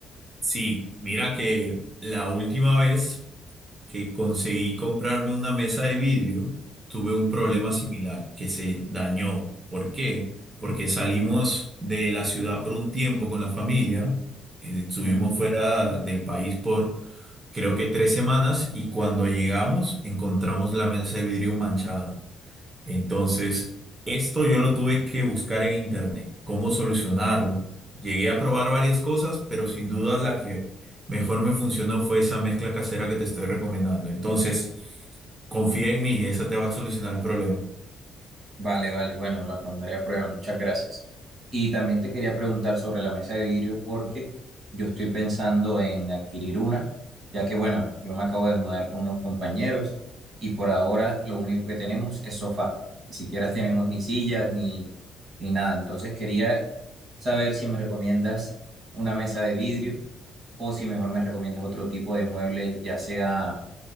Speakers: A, on the right; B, on the right.
A: Sí, mira que la última vez que conseguí comprarme una mesa de vidrio, tuve un
B: Ujú,
A: problema similar, que se dañó. ¿Por qué? Porque salimos de la ciudad por un tiempo con la familia, eh, estuvimos
B: ujú.
A: fuera del país por creo que tres semanas y cuando llegamos encontramos la mesa de vidrio manchada. Entonces, esto yo lo tuve que buscar en internet, cómo solucionarlo. Llegué a probar varias cosas, pero sin duda la que mejor me funcionó fue esa mezcla casera que te estoy recomendando. Entonces, confía en mí, esa te va a solucionar el problema.
B: Vale, vale, bueno, la pondré a prueba, muchas gracias. Y también te quería preguntar sobre la mesa de vidrio porque yo estoy pensando en adquirir una, ya que bueno, yo me acabo de mudar con unos compañeros y por ahora lo único que tenemos es sofá, ni siquiera tenemos ni sillas ni, ni nada. Entonces quería saber si me recomiendas una mesa de vidrio o si mejor me recomiendas otro tipo de muebles, ya sea,